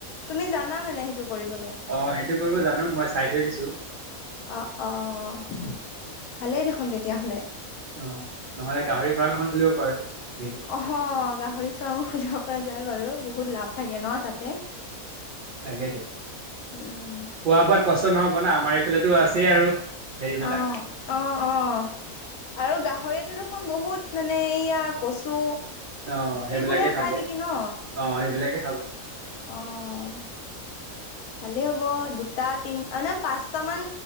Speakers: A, on the left (about 85°); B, on the right (about 85°).
A: তুমি জানা মানে সেইটো কৰিবলে?
B: অ', সেইটো কৰিব জানো মই। চাই থৈ দিছোঁ।
A: অ', অ'। ভালেই দেখোন তেতিয়াহ'লে।
B: অ', নহ'লে গাহৰি ফাৰ্ম এখন খুলিব পাৰোঁ মিলি।
A: অ হ, গাহৰি ফাৰ্মো খুলিব পৰা যায় বাৰু বহুত লাভ থাকে ন তাতে?
B: তাকেইেতো। খোৱা-বোৱাত
A: উম,
B: কষ্ট নহ'ব না আমাৰ এইফালেতো আছেই আৰু। হেৰিবিলাক
A: অ', অ', অ'। আৰু গাহৰিটো দেখোন বহুত মানে এয়া কচু
B: অ সেইবিলাকে
A: এইবোৰহে খাই
B: খাব
A: নেকি ন?
B: অ', এইবিলাকে খাব।
A: অ', ভালেই হ'ব। দুটা তিন অ নে পাঁচটা মান